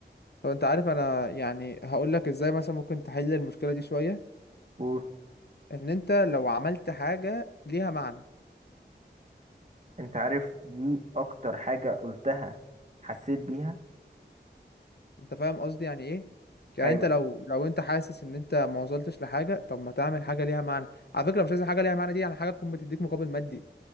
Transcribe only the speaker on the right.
وانت
عارف دي اكتر حاجه قلتها حسيت بيها
ايوه